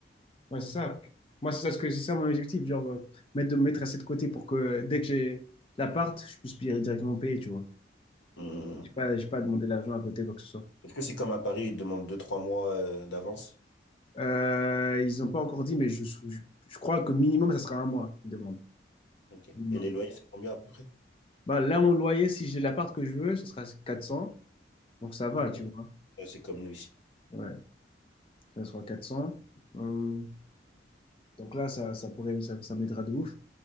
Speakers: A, on the left; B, on the left.
A: Ouais, c'est ça. Moi, c'est ça, ce que c'est ça mon objectif, genre euh, mettre de me mettre assez de côté pour que euh, dès que j'ai l'appart, je puisse payer directement payer, tu vois.
B: Mm.
A: J'ai pas, j'ai pas demandé l'argent à côté, quoi que ce soit.
B: Est-ce que c'est comme à Paris, ils te demandent deux trois mois euh, d'avance?
A: Euh, ils n'ont pas encore dit, mais je, je, je crois que minimum, ça sera un mois qu'ils demandent.
B: Ok.
A: Minimum.
B: Et les loyers, c'est combien à peu près?
A: Bah, là, mon loyer, si j'ai l'appart que je veux, ce sera 400. Donc, ça va, tu
B: Ouais,
A: vois.
B: Ouais, c'est comme nous ici.
A: Ouais, ça sera 400. Hum, donc là, ça, ça pourrait, ça, ça m'aidera de ouf.